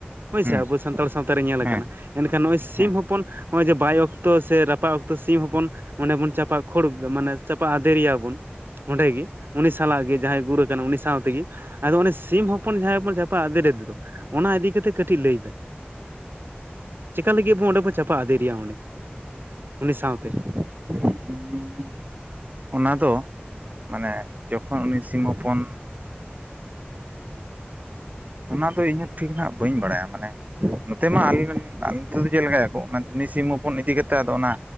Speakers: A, on the right; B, on the right.
A: ᱦᱳᱭᱥᱮ,
B: ᱦᱮᱸ
A: ᱟᱵᱚ ᱥᱟᱱᱛᱟᱲ ᱥᱟᱶᱛᱟᱮ ᱧᱮᱞ ᱟᱠᱟᱱᱟ,
B: ᱦᱮᱸ
A: ᱮᱱᱠᱷᱟᱱ ᱱᱚᱜᱼᱚᱭ ᱥᱤᱢ
B: ᱦᱮᱸ
A: ᱦᱚᱯᱚᱱ ᱦᱚᱜᱼᱚᱭ ᱡᱮ ᱵᱟᱭ ᱚᱠᱛᱚ ᱥᱮ ᱨᱟᱯᱟᱜ ᱚᱠᱛᱚ ᱥᱤᱢ ᱦᱚᱯᱚᱱ ᱚᱸᱰᱮ ᱵᱚᱱ ᱪᱟᱯᱟᱜ ᱠᱷᱳᱲ ᱢᱟᱱᱮ ᱪᱟᱯᱟ ᱟᱫᱮᱨᱮᱭᱟ ᱵᱚᱱ ᱚᱸᱰᱮᱜᱤ ᱩᱱᱤ ᱥᱟᱞᱟᱜ ᱜᱮ᱾ ᱡᱟᱦᱟᱸᱭ ᱜᱩᱨ ᱩᱱᱤ ᱥᱟᱶ ᱛᱮᱜᱮ, ᱟᱫᱚ ᱩᱱᱤ ᱥᱤᱢ ᱦᱚᱯᱚᱱ ᱡᱟᱦᱟᱸᱭ ᱵᱚᱱ ᱪᱟᱯᱟᱜ ᱟᱫᱮᱨ ᱟᱫᱮ ᱫᱚ, ᱚᱱᱟ ᱤᱫᱤ ᱠᱟᱛᱮ ᱠᱟᱹᱴᱤᱡ ᱞᱟᱹᱭ ᱵᱮᱱ᱾ ᱪᱮᱠᱟ ᱞᱟᱹᱜᱤᱫ ᱟᱵᱚ ᱚᱸᱰᱮ ᱵᱚᱱ ᱪᱟᱯᱟ ᱟᱫᱮᱨᱮᱭᱟ ᱚᱸᱰᱮ, ᱩᱱᱤ ᱥᱟᱶᱛᱮ?
B: <unintelligible> ᱚᱱᱟ ᱫᱚ ᱢᱟᱱᱮ ᱡᱚᱠᱷᱚᱱ ᱩᱱᱤ ᱥᱤᱢ ᱦᱚᱯᱚᱱ ᱚᱱᱟ ᱫᱚ ᱤᱧ ᱦᱚᱸ ᱴᱷᱤᱠ ᱱᱟᱦᱟᱜ ᱵᱟᱹᱧ ᱵᱟᱲᱟᱭᱟ, ᱢᱟᱱᱮ ᱱᱚᱛᱮ ᱢᱟ ᱟᱞᱮ ᱟᱞ <inaudible> ᱱᱚᱛᱮ ᱫᱚ ᱪᱮᱫ ᱞᱮᱠᱟᱭᱟᱠᱚ ᱩᱱᱤ ᱥᱤᱢ ᱦᱚᱯᱚᱱ ᱤᱫᱤ ᱠᱟᱛᱮᱫ ᱟᱫᱚ ᱚᱱᱟ